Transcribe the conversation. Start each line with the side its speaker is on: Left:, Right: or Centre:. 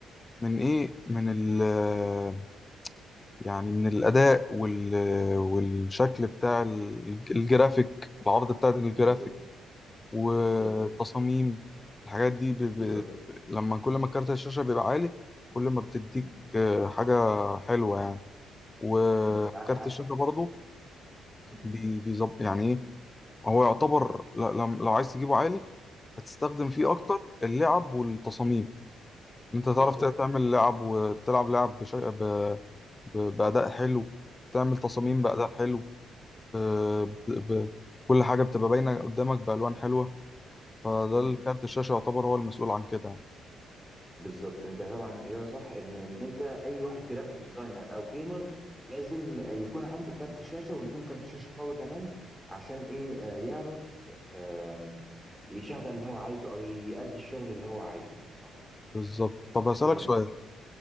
Left: من ايه من ال آه، يعني من الاداء وال آه، والشكل بتاع ال- الجرافيك العرض بتاع الجرافيك
Centre: بالظبط
Left: والتصاميم
Centre: بالظبط
Left: الحاجات دي ب... ب...
Centre: بالظبط
Left: لما كل ما كارت الشاشة بيبقى عالي كل ما بتديك
Centre: مم.
Left: آه، حاجة حلوة يعني وكارت
Centre: مم. معاك حق
Left: الشاشة برضه
Centre: مم.
Left: بي- بيظب يعني ايه هو يعتبر ل- لم- لو عايز تجيبه عالي هتستخدم فيه
Centre: اه
Left: اكتر اللعب والتصاميم انت تعرف
Centre: بالظبط
Left: ت- تعمل لعب وتلعب لعب بش... ب... ب... بأداء حلو تعمل تصاميم
Centre: مم.
Left: بأداء حلو ب...
Centre: مم.
Left: ب... ب... كل حاجة بتبقى باينة قدامك بألوان حلوة فده
Centre: مم.
Left: الكارت الشاشة يعتبر هو المسؤول عن كده يعني.
Centre: بالظبط انت طبعا اجابه صح ان ان انت اي واحد جرافيك ديزاينر او جيمر لازم يكون عنده كارت شاشه ويكون كارت شاشه قوي كمان عشان ايه آه، يعرف آم، يشغل اللي هو عايزه او يأدي الشغل اللي هو عايزه صح
Left: بالظبط طب هسألك
Centre: تمام
Left: سؤال